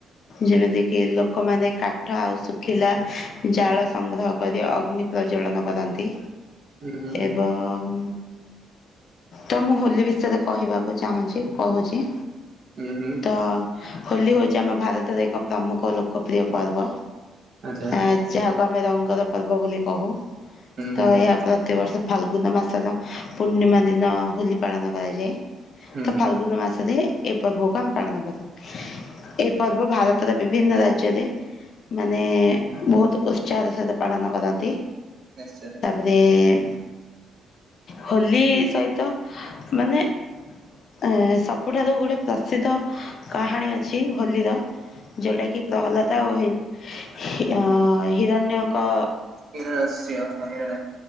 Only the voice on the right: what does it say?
ହୁଁ ହୁଁ।
ଉଁ, ହୁଁ।
ଆଚ୍ଛା
ହୁଁ ହୁଁ
ହୁଁ
ହୁଁ
ହୁଁ
ନିଶ୍ଚନି।
ହିରଣଶ୍ୟ, ହଁ ହିରଣେ